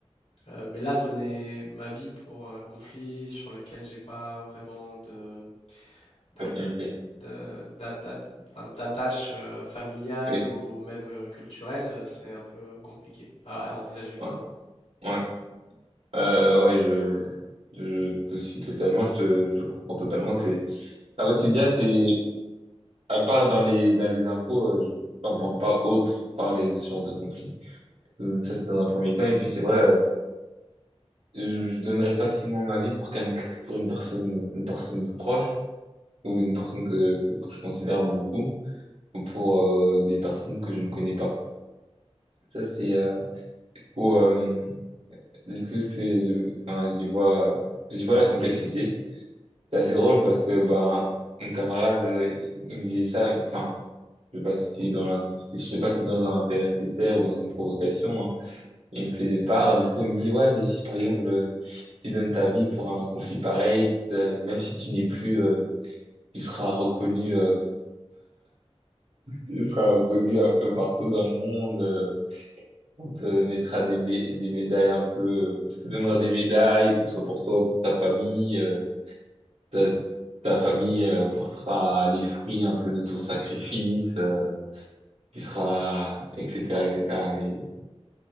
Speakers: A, on the left; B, on the right.
A: Euh, mais là, donner ma vie pour un conflit sur lequel j'ai pas vraiment de, de,
B: affinité.
A: de- d'a- d'a- enfin, d'attache euh, familiale
B: Oui,
A: ou même euh, culturelle, euh, c'est un peu compliqué à, à envisager pour
B: ouais,
A: moi.
B: ouais. Euh, ouais, je, je te suis totalement, je te, je te comprends totalement. C'est, en fait, Sylvia, c'est, à part dans les, dans les infos, euh, je n'entends pas autre parler de ce genre de conflit. Donc, Ça, c'est dans un premier temps. Et puis, c'est vrai, euh, je, je donnerais facilement ma vie pour qu'un, pour une personne, une personne proche. ou une personne que, que, que je considère beaucoup pour euh, des personnes que je ne connais pas. Ça, c'est euh, où, euh, du coup, c'est, je, enfin, j'y vois, j'y vois la complexité. C'est assez drôle parce que, ben, mon camarade, euh, il me disait ça, enfin, je sais pas si c'était dans la, si- je sais pas si c'était dans un intérêt sincère ou dans une provocation, hein. Il me faisait part, du coup, il me dit, ouais, mais si, par exemple, euh, tu donnes ta vie pour un conflit pareil, euh, même si tu n'es plus, euh, tu seras reconnu, euh, Tu seras connu un peu partout dans le monde. euh, On te mettra des, mé- des médailles un peu, on te donnera des médailles, que ce soit pour toi ou pour ta famille. euh, Ta, ta famille euh, portera les fruits un peu de ton sacrifice. euh, Tu seras, etc., etc. Mais